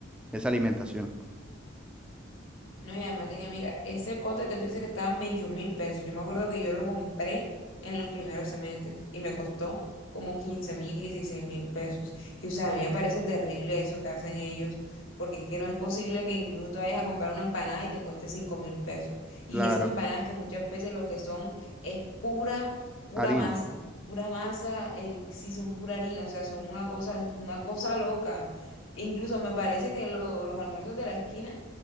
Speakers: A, in the centre; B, on the left.
A: esa alimentación.
B: No, y además de que, mira, ese pote que tú dices que estaba en 21 mil pesos, yo me acuerdo que yo lo compré en los primeros semestres y me costó como quince mil, dieciséis mil pesos. Y o sea, a mí me parece terrible eso que hacen ellos, porque es que no es posible que incluso tú vayas a comprar una empanada y te cueste cinco mil pesos. Y
A: Claro,
B: esas empanadas que muchas veces lo que son es pura, pura
A: harina.
B: masa, pura masa, el, si son pura harina, o sea, son una cosa, es una cosa loca. Incluso me parece que lo- los almuerzos de la esquina